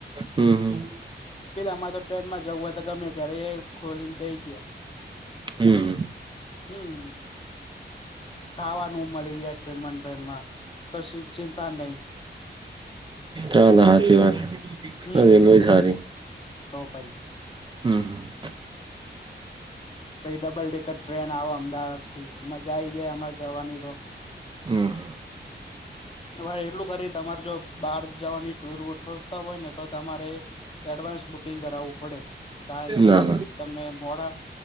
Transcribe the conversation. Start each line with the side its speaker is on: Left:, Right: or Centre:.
Right: હમ
Left: પેલામાં તો ટ્રેનમાં જવું હોય તો ગમે ત્યારે એ ખોલીને બેહી ગયા.
Right: હમ.
Left: હમ. ખાવાનું મળી જાય ટ્રેન માં ટ્રેન માં કશી ચિંતા નય.
Right: નાના હાચી વાત
Left: હમ
Right: રેલવે જ હારી.
Left: તો પહિ.
Right: હમ.
Left: પછી ડબલ ડેકર ટ્રેન આવે અમદાવાદ થી મજા આઈ જાય એમાં જવાની તો
Right: હમ.
Left: તમારે એટલું ખરી તમારે જો બહાર જવાની ટુર વુર ગોઠવ- તા હોય ને તો તમારે એડવાન્સ બુકિંગ કરાવવું પડે કારણ કે
Right: ના
Left: તમને મોડા